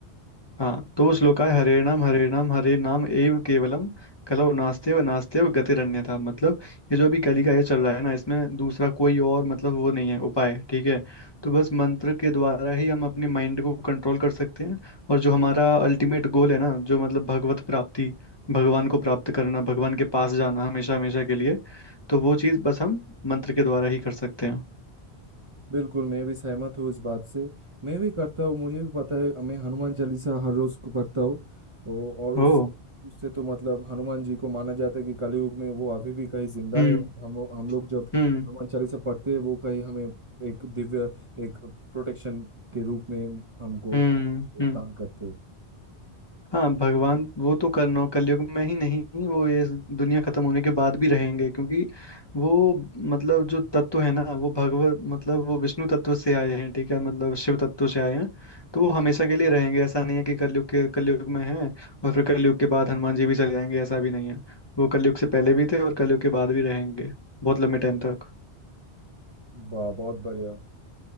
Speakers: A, on the left (about 25°); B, on the right (about 30°).
A: हाँ तो श्लोकाय हरे नाम हरे नाम हरे नाम एव केवलम कलौ नास्तेव नास्तेव गतिरन्यथा मतलब ये जो अभी कली का ये चल रहा है ना इसमें दूसरा कोई और मतलब वो नहीं है उपाय ठीक है तो बस मंत्र के द्वारा ही हम अपने माइंड को कंट्रोल कर सकते हैं और जो हमारा अल्टीमेट गोल है ना जो मतलब भगवत प्राप्ति भगवान को प्राप्त करना भगवान के पास जाना हमेशा हमेशा के लिए तो वो चीज़ बस हम मंत्र के द्वारा ही कर सकते हैं
B: बिल्कुल मैं भी सहमत हूँ इस बात से मैं भी करता हूँ मुझे भी पता है मैं हनुमान चालीसा हर रोज को पढ़ता हूँ ओ- और उस
A: ओ
B: उससे तो मतलब हनुमान जी को माना जाता है कि कलयुग में वो अभी भी कहीं जिंदा
A: हम्म
B: है हम हम लोग जब
A: हम्म
B: हनुमान चालीसा पढ़ते हैं वो कहीं हमें एक दिव्य एक प्रोटेक्शन के रूप में हमको
A: हम्म
B: दान
A: हम्म
B: करते हैं
A: हाँ भगवान वो तो करनो कलयुग में ही नहीं वो ये दुनिया खत्म होने के बाद भी रहेंगे क्योंकि वो मतलब जो तत्व है ना वो भगवत मतलब वो विष्णु तत्व से आए हैं ठीक है मतलब शिव तत्व से आए हैं तो वो हमेशा के लिए रहेंगे ऐसा नहीं है कि कलयुग के कलयुग में है और फिर कलयुग के बाद हनुमान जी भी चले जाएंगे ऐसा भी नहीं है वो कलयुग से पहले भी थे और कलयुग के बाद भी रहेंगे बहुत लंबे टाइम तक
B: वाह बहुत बढ़िया